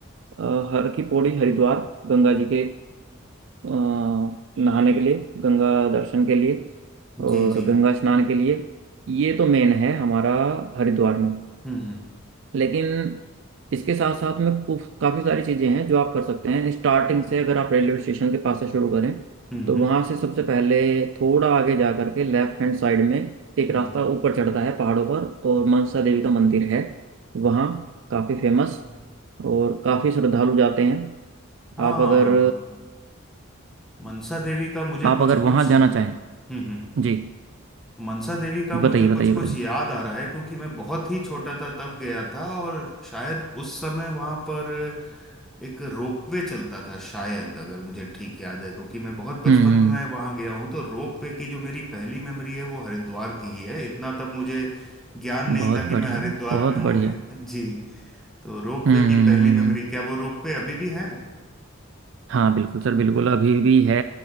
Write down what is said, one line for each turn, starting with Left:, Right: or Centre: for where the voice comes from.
Right: अ, हर की पौड़ी हरिद्वार गंगा जी के अ, नहाने के लिए गंगा दर्शन के लिए
Centre: जी
Right: और
Centre: जी
Right: गंगा स्नान के लिए ये तो मेन है हमारा हरिद्वार में
Centre: हम्म हम्म
Right: लेकिन इसके साथ साथ में कुछ- काफी सारी चीजें हैं जो आप कर सकते हैं स्टार्टिंग से अगर आप रेलवे स्टेशन के पास से शुरू करें
Centre: हम्म
Right: तो
Centre: हम्म
Right: वहां से सबसे पहले थोड़ा आगे जा करके लेफ्ट हैंड साइड में एक
Centre: हम्म।
Right: रास्ता ऊपर चढ़ता है पहाड़ों पर और मनसा देवी का मंदिर है वहाँ काफी
Centre: हाँ
Right: फेमस और काफी श्रद्धालु जाते हैं
Centre: हाँ
Right: आप अगर
Centre: मनसा देवी का मुझे कुछ
Right: आप अगर
Centre: कुछ
Right: वहां जाना
Centre: हम्म
Right: चाहें जी
Centre: मनसा देवी का मुझे
Right: बताइए
Centre: कुछ
Right: बताइए
Centre: कुछ
Right: बताइए
Centre: याद आ रहा है क्योंकि मैं बहुत ही छोटा था तब गया था और शायद उस समय वहां पर एक रोपवे चलता था शायद अगर मुझे ठीक याद है क्योंकि मैं बहुत बचपन
Right: हम्म हम्म
Centre: में मैं वहां गया हूँ तो रोपवे की जो मेरी पहली मेमोरी है वो हरिद्वार की ही है इतना तब मुझे ज्ञान नहीं
Right: हम्म, बहुत
Centre: था कि
Right: बढ़िया
Centre: मैं हरिद्वार
Right: बहुत
Centre: में हूँ
Right: बढ़िया हम्म
Centre: <laughs> जी तो रोपवे
Right: हम्म,
Centre: की
Right: हम्म,
Centre: पहली
Right: हम्म,
Centre: मेमोरी
Right: हम्म।
Centre: क्या वो रोपवे अभी भी है
Right: हाँ बिल्कुल सर बिल्कुल अभी भी है